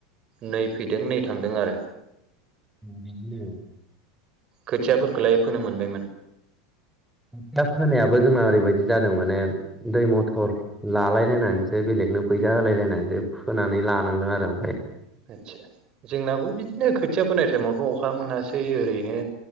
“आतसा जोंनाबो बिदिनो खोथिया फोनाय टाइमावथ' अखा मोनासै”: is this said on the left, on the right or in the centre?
Right